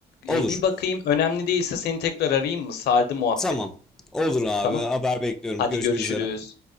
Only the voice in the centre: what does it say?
Olur.
Tamam. Olur abi.
Haber bekliyorum.
Görüşmek
üzere.